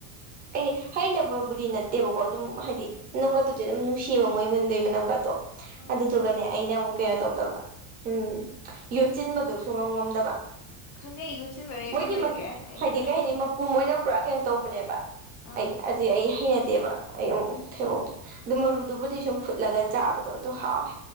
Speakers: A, on the right; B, on the left.
A: ꯑꯩꯗꯤ ꯍꯩꯅꯗꯕꯕꯨꯗꯤ ꯅꯠꯇꯦꯕꯀꯣ ꯑꯗꯨꯝ ꯍꯥꯏꯗꯤ ꯃꯅꯝꯒꯥꯇꯨꯗꯤ ꯑꯗꯨꯝ ꯅꯨꯡꯁꯤꯑꯕ ꯃꯣꯏ ꯃꯨꯟꯕꯩ ꯃꯅꯝꯒꯥꯠꯇꯣ
B: ꯎꯝ
A: ꯑꯗꯨꯗꯨꯒꯅꯦ ꯑꯩꯅ ꯑꯃꯨꯛ ꯀꯩꯅꯣ ꯇꯧꯗꯕ ꯎꯝ ꯌꯣꯠꯆꯤꯟꯕꯗꯨ ꯁꯨꯨꯛꯉꯝ ꯉꯝꯗꯕ
B: ꯈꯪꯗꯦ ꯑꯩ ꯌꯣꯠꯁꯤꯟꯕꯩꯔ
A: ꯃꯣꯏꯗꯤ
B: ꯀꯩ ꯑꯣꯏꯒꯦ
A: ꯃꯠ
B: ꯑꯩ
A: ꯍꯥꯏꯗꯤ ꯀꯩ
B: ꯍꯩꯅ
A: ꯍꯥꯏꯅꯤ ꯃꯄꯨꯝ ꯑꯣꯏꯅ ꯄꯨꯔꯥ ꯀꯩꯅꯣ ꯇꯧꯕꯅꯦꯕ
B: ꯑꯪ
A: ꯑꯩ ꯑꯗꯨꯗꯤ ꯑꯩ ꯍꯩꯅꯗꯦꯕ ꯑꯩ ꯑꯃꯨꯛ
B: ꯎꯝ
A: ꯊꯕꯣꯡꯗꯨ ꯑꯗꯨ ꯃꯔꯨꯗꯨꯕꯨꯗꯤ ꯁꯨꯝ ꯐꯨꯠꯂꯒ ꯆꯥꯕꯗꯣ ꯑꯗꯨ ꯍꯥꯎꯋꯦ